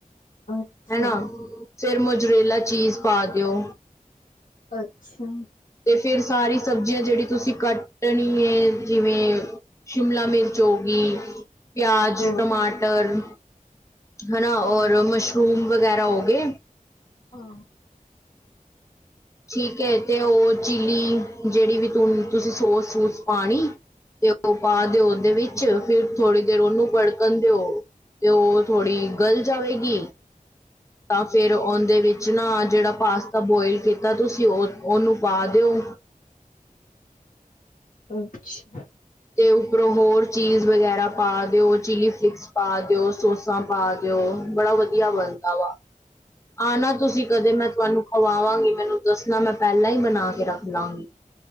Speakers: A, on the left; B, on the left.
A: ਅੱਛਾ
B: ਹਨਾ ਫਿਰ ਮਜਰੇਲਾ ਚੀਜ਼ ਪਾ ਦਿਓ।
A: ਅੱਛਾ।
B: ਤੇ ਫਿਰ ਸਾਰੀ ਸਬਜ਼ੀਆਂ ਜਿਹੜੀ ਤੁਸੀਂ ਕੱਟਣੀ ਹੈ ਜਿਵੇਂ। ਸ਼ਿਮਲਾ ਮਿਰਚ ਹੋ ਗਈ ਪਿਆਜ
A: ਆਹੋ
B: ਟਮਾਟਰ। ਹਨਾ ਔਰ
A: ਆਹੋ
B: ਮਸ਼ਰੂਮ ਵਗੈਰਾ ਹੋ ਗਏ।
A: ਹਾ।
B: ਠੀਕ ਹੈ ਤੇ ਉਹ ਚਿਲੀ ਜਿਹੜੀ ਵੀ ਤੁਸੀਂ ਸੋਸ ਸੂਸ ਪਾਣੀ ਤੇ। ਉਹ ਪਾ
A: ਆਹੋ
B: ਦਿਓ ਉਹਦੇ ਵਿੱਚ। ਚ ਫਿਰ ਥੋੜ੍ਹੀ ਦੇਰ ਉਹਨੂੰ ਵੜਕਣ ਦਿਓ ਤੇ ਉਹ ਥੋੜ੍ਹੀ ਗਲ ਜਾਵੇਗੀ। ਤਾਂ ਫਿਰ ਉਹਦੇ ਵਿੱਚ ਨਾ ਜਿਹੜਾ ਪਾਸਤਾ ਬੋਇਲ ਕੀਤਾ ਤੁਸੀਂ ਉਹ ਉਹਨੂੰ ਪਾ ਦਿਓ।
A: ਅੱਛਾ।
B: ਤੇ ਉੱਪਰੋਂ ਹੋਰ ਚੀਜ਼ ਵਗੈਰਾ ਪਾ ਦਿਓ ਚਿਲੀ ਫਲਿਕਸ। ਪਾ ਦਿਓ ਸੋਸਾ ਪਾ ਦਿਓ ਬੜਾ ਵਧੀਆ ਬਣਦਾ ਵਾ। ਆਨਾ ਤੁਸੀਂ ਕਦੇ ਮੈਂ ਤੁਹਾਨੂੰ ਖਵਾਵਾਂਗੀ ਮੈਨੂੰ ਦੱਸਣਾ ਮੈਂ ਪਹਿਲਾਂ ਹੀ ਬਣਾ ਕੇ ਰੱਖ ਲਾਗੀ।